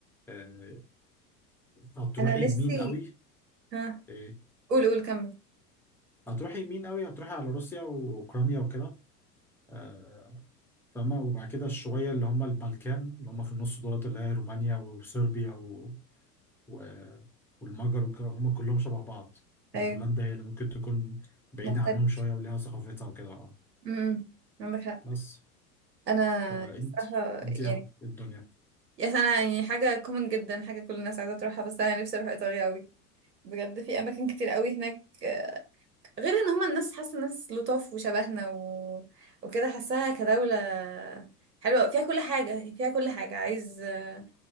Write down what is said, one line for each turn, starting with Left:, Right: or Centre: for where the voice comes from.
Centre: آه، هتروحي
Right: انا نفسي
Centre: يمين قوي
Right: ها
Centre: إيه؟
Right: قول قول كمل
Centre: هتروحي يمين قوي هتروحي على روسيا واوكرانيا وكده آه، فاهمة وبعد كده الشوية اللي هم البلكان اللي هم في النص دولت اللي هي رومانيا وصربيا و... و... والمجر وك- هم كلهم شبه بعض وبولندا
Right: ايوه
Centre: هي اللي ممكن تكون بعيدة
Right: مختلف
Centre: عنهم شوية وليها ثقافتها وكده اه
Right: امم عندك حق
Centre: بس
Right: انا
Centre: فانت
Right: صراحه
Centre: انت
Right: يعني
Centre: اغلب الدنيا
Right: يا انا يعني حاجه كومن جدا حاجه كل الناس عايزه تروحها بس انا نفسي اروح ايطاليا قوي بجد في اماكن كتير قوي هناك آه، غير ان هما الناس حاسه الناس لطاف وشبهنا و... وكده حاساها كدوله حلوه أوي. فيها كل حاجه يعني فيها كل حاجه عايز آه،